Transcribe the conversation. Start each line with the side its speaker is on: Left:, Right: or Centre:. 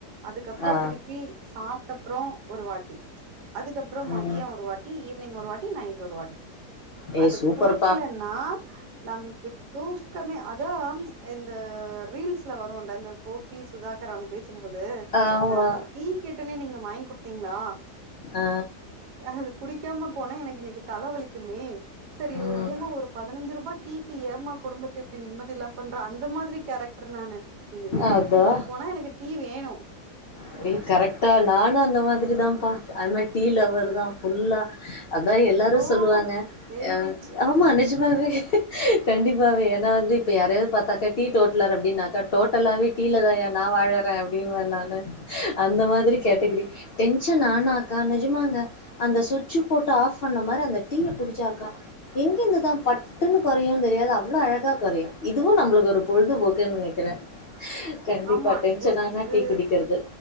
Right: அதுக்கப்புறோ
Left: ஆ
Right: திருப்பி சாப்பிட்ட அப்றோ ஒரு வாட்டி அதுக்கப்புறோ
Left: ம்
Right: மதியோ ஒரு வாட்டி டீ ஈவினிங் ஒரு வாட்டி நைட் ஒரு வாட்டி
Left: ஏய்
Right: அது
Left: சூப்பர்ப்பா
Right: குடிக்கலன்னா நமக்கு தூ தூக்கமே அதா இந்த ரீல்ஸ்ல வரு இல்ல இந்த கோபி சுதாகர் அவங்க பேசும்போது
Left: ஆமா
Right: அ டீ கேட்டனே நீங்க வாங்கி குடுத்தீங்களா
Left: ஆ
Right: ஆ அத குடிக்காம போனா எனக்கு இன்னிக்கி தல வலிக்குமே செரி
Left: ம்
Right: ஏம்மா ஒரு பதினஞ்சு ரூபா டீ க்கி ஏம்மா குடும்பத்த இப்டி நிம்மதி இல்லாம பண்ற அந்த மாதிரி கேரக்டர் நானு நீங்க வெளியே
Left: அதா
Right: கூட்டு போனா எனக்கு டீ வேணு
Left: அப்டியே கரெக்டா நானு அந்த மாதிரி தான்ப்பா அது மாதிரி டீ லவர் தா ஃபுல்லா அதா எல்லாரு
Right: ஓஹோ
Left: சொல்லுவாங்க
Right: சேம்
Left: ஆ
Right: பிச்
Left: ஆமா நெஜமாவே கண்டிப்பாவே ஏன்னா வந்து இப்ப யாரையாவது பாத்தாக்கா டீ டோட்டலர் அப்டின்னாக்க டோட்டல டீ யில தாயா நா வாழ ற அப்டின்னுவே நானு அந்த மாதிரி கேட்டகிரி டென்ஷன் ஆனாக்கா நெஜமாங்க அந்த சுவிட்சு போட்டு ஆப் பண்ண மாரி அந்த டீய குடிச்சாக்கா எங்கிருந்துதா பட் பட்டுன்னு கொறையு தெரியாது அவ்ளோ அழகா கொறையு இதுவு நம்மளுக்கு ஒரு பொழுதுபோக்குன்னு நெனைக்கிறே கண்டிப்பா
Right: ஆமா
Left: டென்ஷனானா
Right: இது இது
Left: டீ குடிக்கிறது